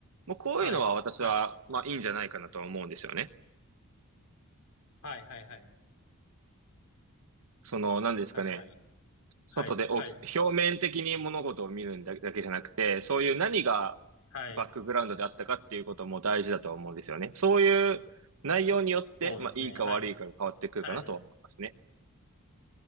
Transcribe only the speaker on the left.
い。はい。
はい。はい。はい。はい。
確かに。
はい。はい。
はい。
そうですね。
はい。はい。